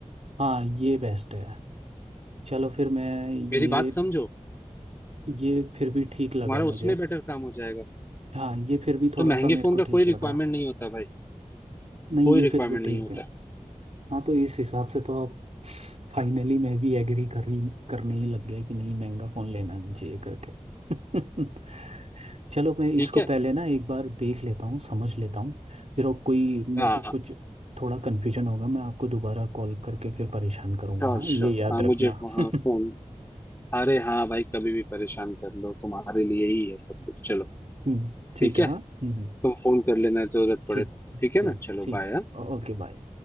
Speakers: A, on the right (about 60°); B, on the left (about 20°).
A: हाँ ये बेस्ट है चलो फिर मैं ये
B: मेरी बात समझो
A: ये फिर भी ठीक लगा
B: तुम्हारा
A: मुझे
B: उसमें बेटर काम हो जाएगा
A: हाँ ये फिर भी थोड़ा
B: तो महंगे
A: सा मेरे
B: फोन
A: को
B: का
A: ठीक
B: कोई रिक्वायरमेंट
A: लगा
B: नहीं होता भाई
A: नहीं
B: कोई
A: ये
B: रिक्वायरमेंट
A: फिर भी ठीक
B: नहीं होता
A: है हाँ तो इस हिसाब से तो अब फाइनली मैं भी एग्री कर रही करने ही लग गया कि नहीं महंगा फ़ोन लेना नहीं चाहिए करके <laughs> चलो मैं इसको
B: ठीक है
A: पहले ना एक बार देख लेता हूँ समझ लेता हूँ फिर और कोई मेरे
B: हाँ
A: को कुछ थोड़ा कन्फ्यूजन होगा मैं आपको दोबारा कॉल करके फिर परेशान करूँगा
B: श्योर
A: हाँ ये
B: श्योर
A: याद
B: हाँ
A: रखना
B: मुझे हाँ
A: <laughs>
B: फोन अरे हाँ भाई कभी भी परेशान कर लो तुम्हारे लिए ही है सब कुछ चलो
A: हम्म, ठीक
B: ठीक है
A: है हाँ हम्म, हम्म,
B: तुम फोन कर लेना जरूरत पड़े
A: ठीक
B: तो ठीक
A: ठीक
B: है ना चलो
A: ठीक
B: बाय
A: ओके बाय